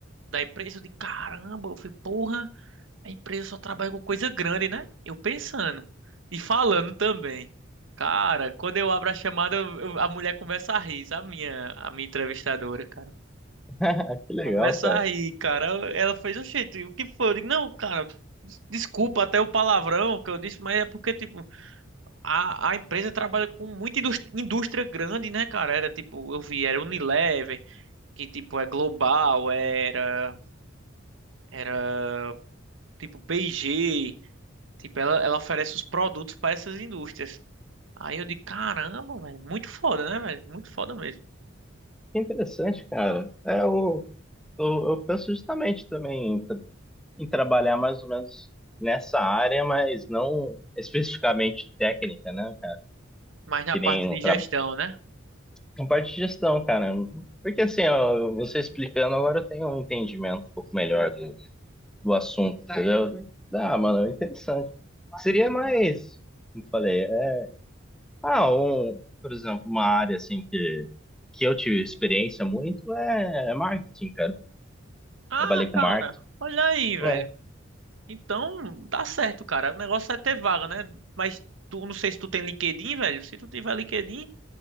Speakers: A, on the right; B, in the centre.
A: da empresa. Eu disse, caramba, eu falei, porra, a empresa só trabalha com coisa grande, né? Eu pensando e falando também. Cara, quando eu abro a chamada, eu- eu- a mulher começa a rir, sabe? A minha, a minha entrevistadora, cara.
B: <laughs> Que legal,
A: Começa
B: cara.
A: a rir, cara. Ela fez, oxente, o que foi? Eu digo, não, cara, des- desculpa até o palavrão que eu disse, mas é porque, tipo, a, a empresa trabalha com muita indústria, indústria grande, né, cara? Era, tipo, eu vi, era Unilever, que, tipo, é global, era, era, tipo, P&G. Tipo, ela, ela oferece os produtos para essas indústrias. Aí eu digo, caramba, velho, muito foda, né, velho? Muito foda mesmo.
B: Que interessante, cara. É, o, o, eu penso justamente também em, tra- em trabalhar mais ou menos nessa área, mas não especificamente técnica, né, cara?
A: Mas na
B: Que
A: parte
B: nem
A: de
B: um
A: gestão, né?
B: Na parte de gestão, cara. Porque assim, ó, você explicando agora eu tenho um entendimento um pouco melhor do, do assunto, entendeu? Ah, mano, é interessante. Seria mais, como eu falei, é, ah, um, por exemplo, uma área assim que, que eu tive experiência muito é, é marketing, cara.
A: Ah,
B: Trabalhei com
A: cara,
B: marketing.
A: olha aí, velho.
B: Não.
A: Então, dá certo, cara. O negócio é ter vaga, né? Mas tu, não sei se tu tem LinkedIn, velho. Se tu tiver LinkedIn,